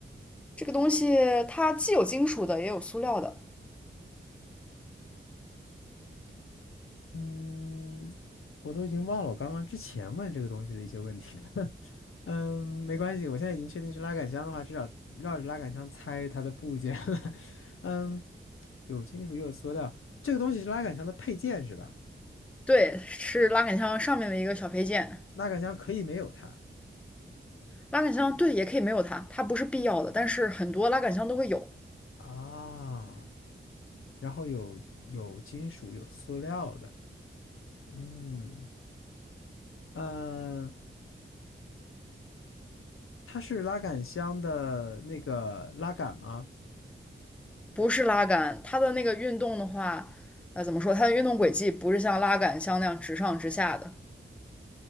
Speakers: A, in the centre; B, on the left (about 85°).
A: 这个东西它既有金属的，也有塑料的。
B: 嗯，我都已经忘了我刚刚之前问这个东西的一些问题了。<laughs> 嗯，没关系，我现在已经确定是拉杆箱的话，至少绕着拉杆箱猜它的部件了。<laughs> 嗯。有金属也有塑料，这个东西是拉杆箱的配件是吧？
A: 对，是拉杆箱上面的一个小配件。
B: 拉杆箱可以没有它
A: 拉杆箱对，也可以没有它，它不是必要的，但是很多拉杆箱都会有。
B: 啊，然后有有金属有塑料的，嗯呃，它是拉杆箱的那个拉杆吗？
A: 不是拉杆，它的那个运动的话，呃，怎么说？它的运动轨迹不是像拉杆箱那样直上直下的。